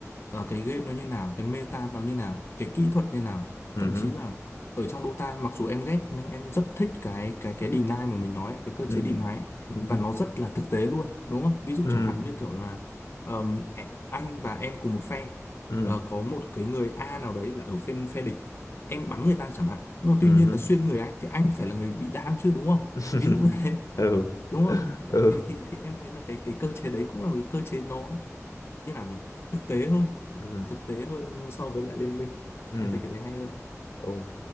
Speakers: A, on the left; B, on the left.
A: ờ, cái game nó như nào cái meta nó như nào cái kỹ thuật như nào
B: ừm,
A: thậm
B: ừm.
A: chí là ở trong Dota mặc dù em ghét nhưng em rất thích cái cái cái deny mà mình nói ấy, cái cơ
B: ừ
A: chế deny ấy.
B: ừ
A: và nó rất là thực tế luôn đúng không ví dụ
B: ừ
A: chẳng hạn như kiểu là ờm, ẹ- anh và em cùng một phe
B: ừ
A: Ờ, có một cái người A nào đấy là ở phe phe địch em bắn người ta chẳng hạn nhưng mà tuy
B: ừ
A: nhiên là xuyên người anh thì anh phải là người bị đam chứ đúng không
B: <laughs>
A: ví dụ <laughs> như thế
B: ừ
A: đúng không
B: ừ
A: thì thì thì em thấy là cái cái cơ chế đấy cũng là một cái cơ chế nó như nào nhỉ thực tế hơn
B: ừ
A: thực tế hơn so với lại liên minh
B: ừ
A: em thấy cái đấy hay hơn
B: ok